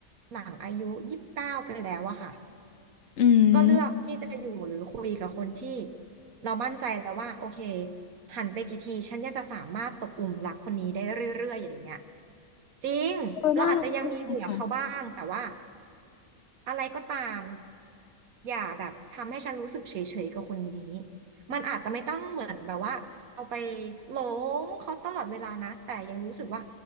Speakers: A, on the right (about 85°); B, on the left (about 60°).
A: หลังอายุยี่สิบเก้าไปแล้วอะค่ะ
B: อืม
A: ก็เลือกที่จะอยู่หรือคุยกับคนที่เรามั่นใจแล้วว่าโอเคหันไปกี่ทีฉันเนี่ยจะสามารถตกหลุมรักคนนี้ได้เรื่อยๆอย่างเงี้ยจริงเราอาจจะยังมีเบื่อเขาบ้างแต่ว่า
B: เออน่ารักจังเลยค่ะ
A: อะไรก็ตามอย่าแบบทำให้ฉันรู้สึกเฉยๆกับคนนี้มันอาจจะไม่ต้องเหมือนแบบว่าเอาไปหลงเขาตลอดเวลานะแต่ยังรู้สึกว่า